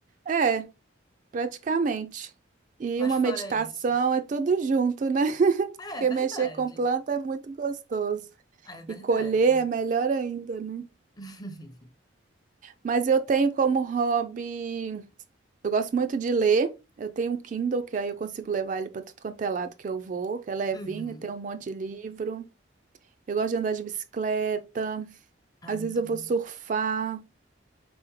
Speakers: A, on the right; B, on the left.
A: É, praticamente. E
B: Mas
A: uma
B: fora
A: meditação
B: isso.
A: é tudo junto, né? <laughs>
B: Ah,
A: Porque
B: É verdade.
A: mexer com planta é muito gostoso.
B: Ah, É verdade.
A: E colher é melhor ainda, né?
B: <laughs>
A: Mas eu tenho como hobby. Eu gosto muito de ler. Eu tenho um Kindle, que aí eu consigo levar ele para tudo quanto é lado que eu vou, que é levinho,
B: Uhum.
A: tem um monte de livro. Eu gosto de andar de bicicleta.
B: Ai,
A: Às
B: muito
A: vezes eu
B: bom.
A: vou surfar.